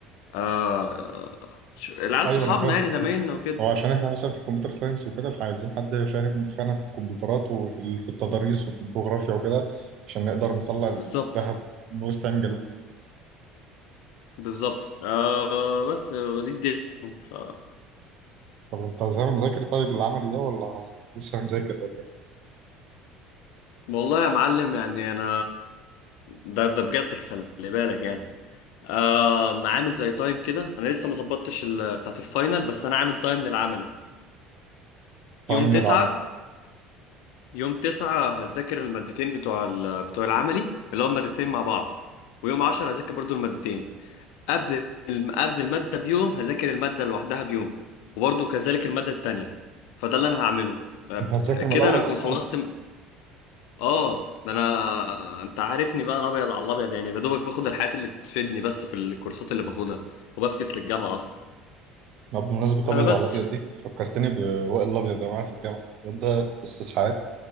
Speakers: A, on the left; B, on the right.
A: آه ش- العيال
B: ايوه
A: صحابنا
B: انا فاهم
A: يعني
B: أنا
A: زمايلنا
B: فاهم.
A: وكده
B: هو عشان احنا مثلا في الكمبيوتر ساينس وكده فعايزين حد فاهم فعلا في الكمبيوترات وفي ال- في التضاريس وفي الجغرافيا وكده عشان نقدر نطلع الذهب
A: بالظبط
B: من وسط عين جالوت
A: بالظبط آه بس آه، دي الدنيا ف...
B: طب انت زي ما مذاكر طيب العملي ده ولا لسه هنذاكر ولا ايه؟
A: والله يا معلم يعني انا ده ده بجد خلي بالك يعني آه عامل زي تايم كده انا لسه ما ظبطتش ال- بتاعت الفاينل بس انا عامل تايم للعملي
B: تايم
A: يوم تسعة
B: للعمل
A: يوم تسعة هذاكر المادتين بتوع ال- بتوع العملي اللي هم مادتين مع بعض ويوم عشرة هذاكر برضو المادتين قبل الم- قبل المادة بيوم هذاكر المادة لوحدها بيوم وبرضو كذلك المادة التانية فده اللي أنا هعمله أب-
B: انت هتذاكر
A: كده
B: من الاول
A: أنا هكون
B: اصلا
A: خلصت م- آه ده أنا أنت عارفني بقى أنا أبيض على الأبيض يعني يا دوبك باخد الحاجات اللي تفيدني بس في الكورسات اللي باخدها وبفكس للجامعة أصلا
B: طب بمناسبة
A: آه
B: أبيض
A: بس
B: على الأبيض دي فكرتني بوائل الأبيض اللي معايا في الجامعة الواد ده أستاذ ساعات